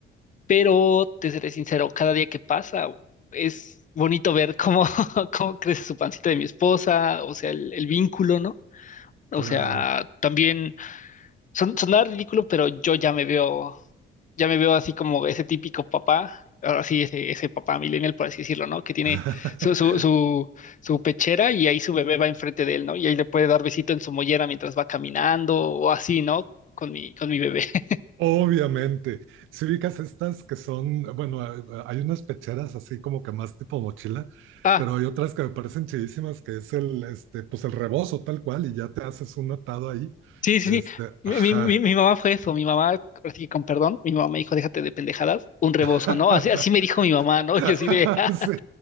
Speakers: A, on the left; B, on the right.
A: pero te seré sincero, cada día que pasa es bonito ver cómo, <laughs> cómo crece su pancita de mi esposa, o sea, el, el vínculo, ¿no? O
B: claro.
A: sea, también son, sonaba ridículo, pero yo ya me veo, ya me veo así como ese típico papá, ahora sí, ese, ese papá millennial, por así decirlo, ¿no? Que tiene
B: <laughs>
A: su, su, su, su pechera y ahí su bebé va enfrente de él, ¿no? Y ahí le puede dar besito en su mollera mientras va caminando o así, ¿no? Con mi, con mi bebé. <laughs>
B: Obviamente. Si ubicas estas que son, bueno, ha- hay unas pecheras así como que más tipo mochila,
A: Ah.
B: pero hay otras que me parecen chidísimas que es el, este, pues el rebozo tal cual y ya te haces un atado ahí.
A: Sí, sí,
B: Este,
A: sí. Mi,
B: ajá.
A: mi- mi- mi mamá fue eso, mi mamá, ahora sí que con perdón, mi mamá me dijo, déjate de pendejadas, un rebozo,
B: <laughs>
A: ¿no? Así, así me dijo mi mamá, ¿no? <laughs>
B: Sí,
A: Y así de, <laughs>